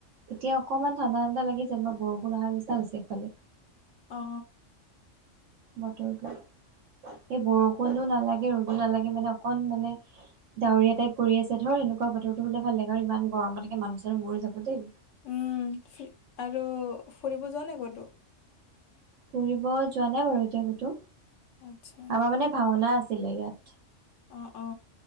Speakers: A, on the right; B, on the left.
A: এতিয়া অকমান ঠাণ্ডা ঠাণ্ডা লাগিছে বা বৰষুণ আহা নিচিনা হৈছে ইফালে।
B: অ।
A: বতৰটো, এই বৰষুণো নালাগে, ৰ'দো নালাগে মানে, অকল মানে, ডাৱৰীয়া টাইপ কৰি আছে, ধৰ এনেকুৱা, বতৰটো হ'লে ভাল লাগে। আৰু ইমান গৰমত মানুহ-চানুহ মৰি যাব দেই।
B: উম! <unintelligible> আৰু ফুৰিব যোৱা নাই ক'তো?
A: ফুৰিব যোৱা নাই বাৰু এতিয়া কতো
B: আচ্ছা
A: আমাৰ মানে ভাওনা আছিলে ইয়াত।
B: অ অ।